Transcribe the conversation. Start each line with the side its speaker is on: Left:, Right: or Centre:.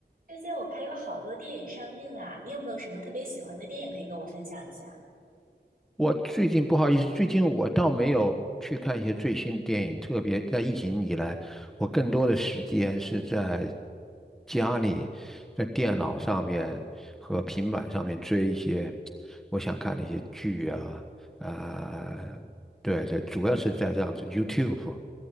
Right: 最近我看有好多电影上映啊，你有没有什么特别喜欢的电影可以跟我分享一下？
Centre: 我最近不好意思，最近我倒没有去看一些最新的电影，特别在疫情以来，我更多的时间是在家里，在电脑上面和平板上面追一些我想看的一些剧啊，啊、对对，主要是在这样子 YouTube